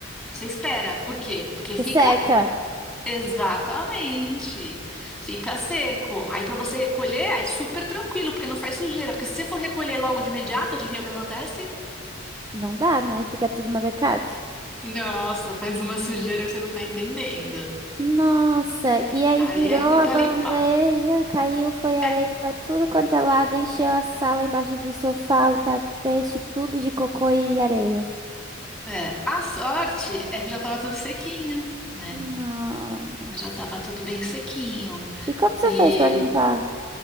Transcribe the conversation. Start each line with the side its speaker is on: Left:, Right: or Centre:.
Centre: Você espera. Por quê? Porque
Right: que
Centre: fica
Right: seca.
Centre: exatamente, fica seco. Aí para você recolher, é super tranquilo, porque não faz sujeira. Porque se você for recolher logo de imediato, adivinha o que acontece?
Right: Não dá, né? Fica tudo melecado.
Centre: Nossa, faz uma sujeira que você não tá entendendo.
Right: Nossa, e aí
Centre: Aí
Right: virou
Centre: é ruim
Right: a
Centre: para
Right: bandeja,
Centre: limpar.
Right: caiu, foi areia
Centre: É,
Right: pra tudo quanto é lado, encheu a sala embaixo do sofá, o tapete, tudo de cocô e areia.
Centre: é. A sorte é que já estava tudo sequinho, né?
Right: Nossa.
Centre: Mas já estava tudo bem sequinho.
Right: E como você
Centre: E.
Right: fez pra limpar?